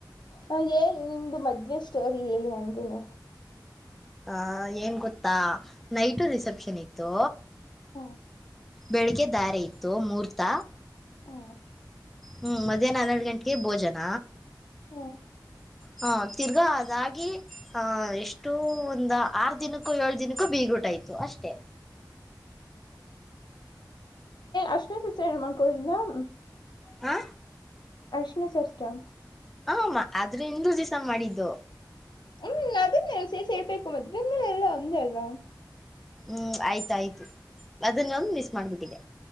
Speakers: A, on the left; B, in the centre.
A: ಹ ಹೇಳಿ ನಿಮ್ದು ಮದ್ವೆ ಸ್ಟೋರಿ ಹೇಳಿ ನಗೂನು
B: ಹ ಏನ್ ಗೊತ್ತಾ ನೈಟು ರಿಸೆಪ್ಷನ್ ಇತ್ತು
A: ಹ್ಮ್
B: ಬೆಳಿಗ್ಗೆ ದಾರೆ ಇತ್ತು ಮೂಹರ್ತ
A: ಹ್ಮ್
B: ಹ್ಮ್ ಮಧ್ಯಾಹ್ನ ಹನ್ನೆರಡ ಗಂಟೆಗೆ ಭೋಜನ
A: ಹ್ಮ್
B: ಹ ತಿರ್ಗಾ ಅದಾಗಿ ಆಹ ಎಷ್ಟು ಒಂದ ಆರ್ ದಿನಕ್ಕೂ ಏಳ್ ದಿನಕ್ಕೂ ಬೀಗ ಊಟ್ ಇತ್ತು ಅಷ್ಟೇ
A: ಅಶ್ವ ಸಿಸತ್ರ ಏನ್ ಮಾಡ್ಕಳಿಂದ <unintelligible>
B: ಹಾ
A: ಅರಿಶಿಣ ಶಾಸ್ತ್ರ
B: ಹ ಅದ್ರ ಇಂದಲ ದಿವ್ಸ ಮಾಡಿದ್ದು
A: ಹ್ಮ್ ಅದನ್ನೇ ಸೇರಿಸಿ ಹೇಳಬೇಕು ಅದನ್ನೇ ಎಲ್ಲ ಒಂದೇ ಅಲ್ವಾ
B: ಹ್ಮ್ ಆಯ್ತಾಯ್ತು ಅದನ್ನೊಂದು ಮಿಸ್ ಮಾಡ್ಬಿಟ್ಟಿದೆ